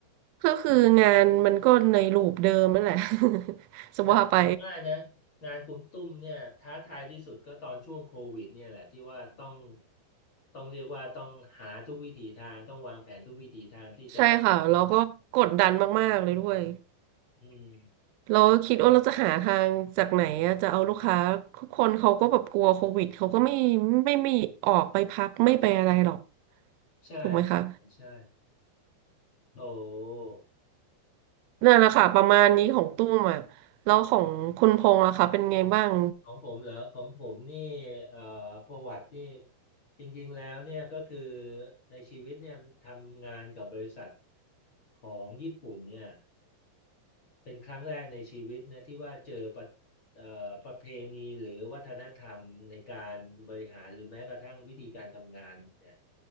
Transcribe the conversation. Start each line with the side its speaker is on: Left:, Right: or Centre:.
Right: ก็คืองานมันก็ในรูปเดิมนั่นแหละ <laughs> สว่าไป
Left: แต่ผมว่านะงานคุณตุ้มเนี่ยท้าทายที่สุดก็ตอนช่วงโควิดเนี่ยแหละที่ว่าต้องต้องเรียกว่าต้องหาทุกวิถีทางต้องวางแผนทุกวิถีทางที่จะ
Right: ใช่ค่ะ เราก็กดดันมากๆเลยด้วย
Left: อืม
Right: เราคิดว่าเราจะหาทางจากไหนอะจะเอาลูกค้าทุกคนเขาก็แบบกลัวโควิดเขาก็ไม่ไม่ไมีออกไปพักไม่ไปอะไรหรอก
Left: ใช่ใช่ใช่
Right: ถูกไหมคะ
Left: โอ้
Right: นั่นแหละค่ะประมาณนี้ของตุ้มอ่ะแล้วของคุณพงษ์ล่ะคะเป็นไงบ้าง
Left: อืมของผมเหรอของผมนี่เอ่อประวัตินี่จริงๆแล้วเนี่ยก็คือในชีวิตเนี่ยทำงานกับบริษัทของญี่ปุ่นเนี่ย เป็นครั้งแรกในชีวิตนะที่ว่าเจอประเอ่อประเพณีหรือวัฒนธรรมในการบริหารหรือแม้กระทั่งวิธีการทำงานเนี่ย